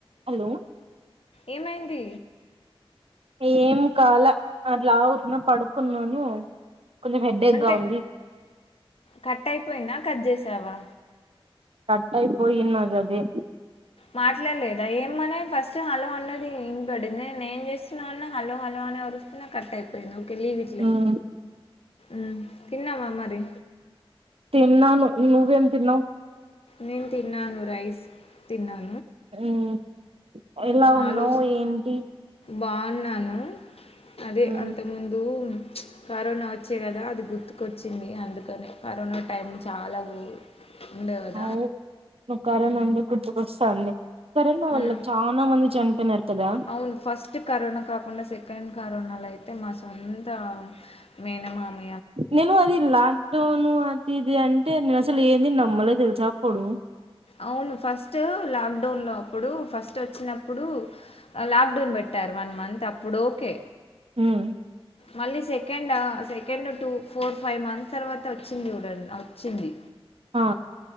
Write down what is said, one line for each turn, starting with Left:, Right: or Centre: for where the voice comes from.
Right: హలో
Left: ఏమైంది
Right: ఏం కాలా అట్లా ఊరుకునే పడుకున్నాను కొంచెం హెడ్ ఏకే
Left: అంటే
Right: గా ఉంది
Left: కట్ అయిపోయిందా కట్ చేసావా
Right: కట్ అయిపోయినాది అది
Left: మాట్లాడలేదా ఏమన ఫస్ట్ హలో అన్నది ఇన పడింది నేం చేస్తున్నా హలో హలో అని అరుస్తున కట్ అయిపోయినవ్ లీవ్ ఇట్ లే
Right: మ్మ్
Left: ఉమ్ తినవా మరి
Right: తిన్నాను నువ్ ఏమి తినవ్
Left: నేను తిన్నాను రైస్ తిన్నాన్
Right: ఉమ్ ఎలా ఉన్నావు
Left: ఆలోచ
Right: ఏంటి
Left: బాగున్నాను అదే
Right: మ్మ్
Left: అంతక ముందు కరోనా వచ్చే కదా అది గుర్తుకొచ్చింది అందుకనే కరోనా టైం చాలా గో ఉండే కదా
Right: అవ్ కరోనా అంటే గుర్తుకొస్తాంది కరోనా వల్ళ
Left: ఉమ్
Right: చాలా మంది చనిపోయినారు కదా
Left: అవును ఫస్ట్ కరోనా కాకుండా సెకండ్ సేకండ్ కరోనాలో అయితే మా సొంత మేనమామ్
Right: నేను అది లాక్ డౌను అది ఇది అంట్ అంటే నేను అసలు ఏంది నమ్మలే తెలిసా అప్పుడు
Left: అవును ఫస్ట్ లాక్డౌన్ లో అప్పుడు ఫస్ట్ వచ్చినప్పుడు లాక్డౌన్ పెట్టారు వన్ మంత్ అప్పుడు ఓకే
Right: ఉమ్
Left: మళ్ళీ సెకండ్ ఆ second two four five months తర్వాత వచ్చింది చూడు అది వచ్చింది
Right: ఆ